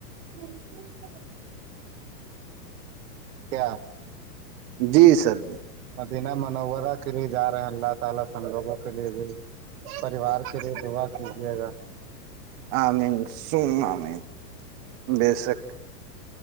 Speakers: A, on the right; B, on the right.
A: ا کیا
B: جی سر جی
A: <unintelligible> پریوار کے لیے دعا کیجیے گا
B: آ مین س آ مین بےسک